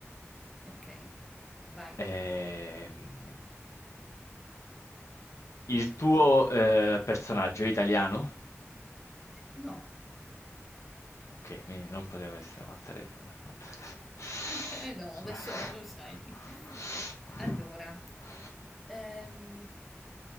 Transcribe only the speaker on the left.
Ehm, il tuo eh, personaggio è italiano?
Okay, quindi non poteva essere Mattarella, eh, vabbè.
<laughs>